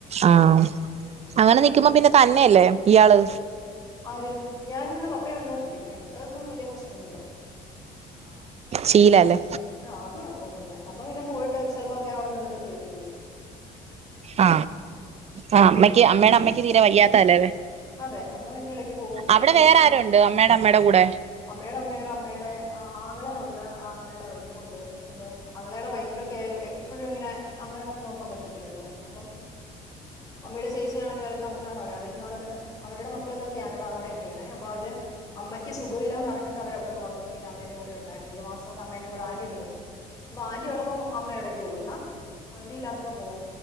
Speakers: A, on the right; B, on the left.
A: ആഹ്
B: അമ്മ
A: അങ്ങനെ
B: എന്നോട്
A: നിക്കുമ്പോ
B: പറഞ്ഞു
A: പിന്നെ തന്നെയല്ലേ ഇയാള്
B: ആര് ഞാനുംണ്ട് പപ്പയുണ്ട് പിന്നെ ഞങ്ങക്കതൊന്നും വലിയ പ്രശ്നം ഒന്നുല്ല
A: ശീലല്ലേ
B: ആ അത് കുഴപ്പമൊന്നുല്ല. മമ്മ പിന്നെ പോയിട്ട് ചിലപ്പോക്കെ അവിടെ നിന്നിട്ടക്കെ വരത്തുള്ളൂ
A: ആ ആ അമ്മയ്ക്ക് അമ്മയുടെ അമ്മയ്ക്ക് തീരെ വയ്യാത്തല്ലേ
B: അതെ അമ്മ പിന്നെ ഇടക്ക് പോവും. ഇടക്ക്.
A: അവിടെ വേറെ ആരുണ്ട് അമ്മയുടെ അമ്മയുടെ കൂടെ
B: അമ്മയുടെ അമ്മയെ ടെ അമ്മയുടെ ആങ്ങളെയും ഉണ്ട് ആങ്ങളുടെ വൈഫും ഉണ്ട് പിന്നെ ആങ്ങളെടെ വൈഫിനൊക്കെ ആയാലും എപ്പഴും ഇങ്ങനെ അങ്ങനൊ <unintelligible> പറ്റത്തില്ലല്ലോ അപ്പം മമ്മിടെ ചേച്ചിയാണെങ്കിൽ അവര് തമിഴ്നാടാണെ. അവര് നാളെ അവരുടെ മക്കളൊക്കെ കാനഡ അവിടെയൊക്കെയാണെ ആ അപ്പൊ അവര് അമ്മയ്ക്ക് സുഖമില്ലാന്ന് അറിഞ്ഞിട്ട് അവരവിടെ നിന്ന് വന്നു പിന്ന അമ്മെ ൻ്റെ കൂടെ ഉണ്ടായിരുന്നു ഒരു മാസം ഒക്കെ അമ്മന്റെ കടെ ആൻ്റിരുന്നു വാൻണ്ടി ഉള്ളപ്പോ അമ്മയവിടേക്ക് പോകൂല ആൻ്റി ഇല്ലാത്തപ്പോ പോവും